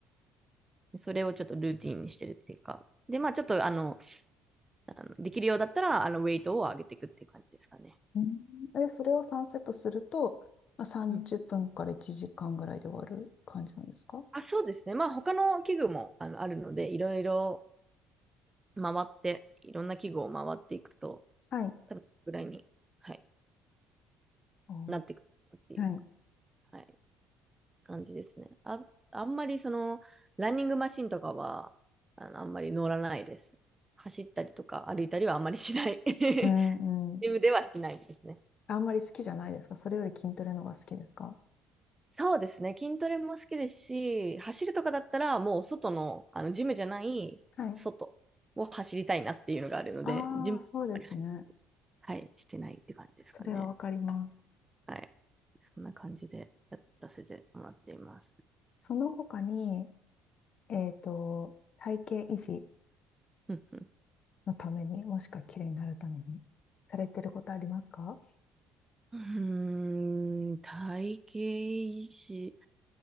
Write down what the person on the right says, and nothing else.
て、それをちょっとルーティンにしてるっていうか。で、まあちょっとあの、あのできるようだったら、あの、ウェイトを上げていくっていう感じですかね。
うんあ、そうですね。まあ、他の器具もあの、あるので、いろいろ回って、いろんな器具を回っていくと、
多分ぐらいに、はい、
なっていくっていう、
はい、感じですね。あ、あんまりその、ランニングマシンとかは、あの、あんまり乗らないです。走ったりとか歩いたりはあんまりしない。<laughs>
ジムではしないですね。
そうですね。筋トレも好きですし、走るとかだったら、もう外の、あの、ジムじゃない、
外を走りたいなっていうのがあるので、
ジムはあんまり、はい、してないって感じですかね。
はい。そんな感じでやらせてもらっています。
うんうん
うーん、体型維持